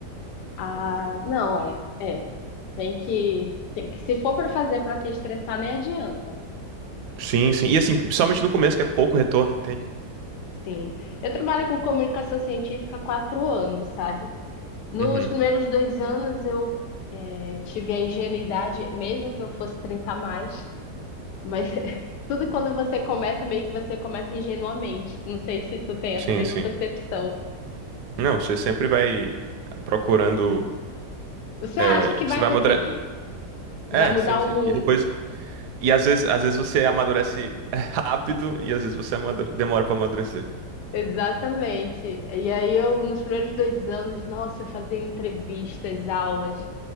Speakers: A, on the left; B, on the right.
A: Ah, não, é, é. Tem que, tem que- se for para fazer para se estressar, nem adianta.
B: Sim, sim. E assim, principalmente no começo, que é pouco retorno, entende?
A: Sim. Eu trabalho com comunicação científica há quatro anos, sabe? Nos
B: Uhum.
A: primeiros dois anos eu eh, tive a ingenuidade, mesmo que eu fosse 30 a mais, mas <laughs> tudo quando você começa, meio que você começa ingenuamente. Não sei se tu tem essa
B: Sim,
A: mesma
B: sim.
A: percepção.
B: Não, você sempre vai procurando.
A: Você acha
B: é,
A: que vai
B: Você vai
A: conseguir,
B: amadurecer.
A: que
B: É,
A: vai mudar
B: sim, sim.
A: o mundo.
B: E depois. E às vezes, às vezes você amadurece <laughs> é, rápido e às vezes você amadure- demora pra amadurecer.
A: Exatamente. E aí eu, nos primeiros dois anos, nossa, eu fazia entrevistas, aulas,